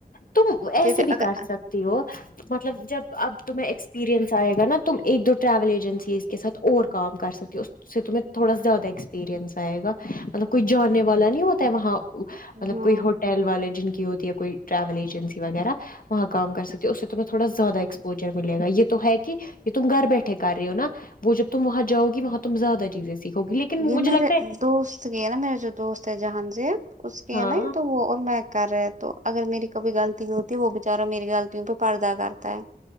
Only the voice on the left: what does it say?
تم ایسے
بھی
کر سکتی ہو مطلب جب اب تمہیں ایکسپییرئنس آئے گا نا تم ایک دو ٹریول ایجنسیز کے ساتھ اور کام کر سکتے ہو اس سے تو میں تھوڑا زیادہ ایکسپیریئنس آئے گا مطلب کوئی جانے والا نہیں ہوتا وہاں مطلب
کوئی ہوٹل والے جن کی ہوتی ہے کوئی ٹریول ایجنسی وغیرہ وہاں کام کر سکتی اس سے تومہیں تھوڑا زیادہ ایکسپوجر ملے گا یہ تو ہے کہ کہ تم گھر بیٹھے کر رہے ہو نا وہ جب تم وہاں جاؤ گی وہاں تم زیادہ چیزیں سیکھو گی لیکن
مجھے
لگتا ہے
ہاں